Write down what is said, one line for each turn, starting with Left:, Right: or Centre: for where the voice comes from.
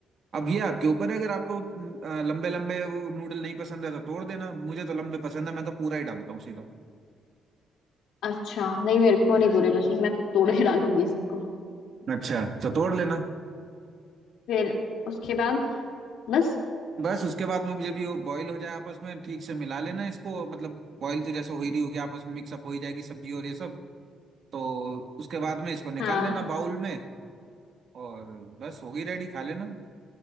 Right: अब ये आपके ऊपर है अगर आपको लंबे लंबे वो नूडल नहीं पसंद है तो तोड़ देना मुझे तो लंबे पसंद है मैं तो पूरा ही डालता हूँ सीधा
Left: अच्छा नहीं मेरे को नहीं पूरी पसंद मैं तोड़ के डालूंगी इसको
Right: अच्छा तो तोड़ लेना
Left: फिर उसके बाद बस
Right: बस उसके बाद में जब ये बॉईल हो जाए आपस में ठीक से मिला लेना इसको मतलब बॉईल तो जैसे हो ही रही होगी आपस में मिक्सअप हो ही जाएगी सब्जी और ये सब तो उसके बाद में इसको निकाल
Left: हाँ
Right: लेना बाउल में और बस होगी रेडी खा लेना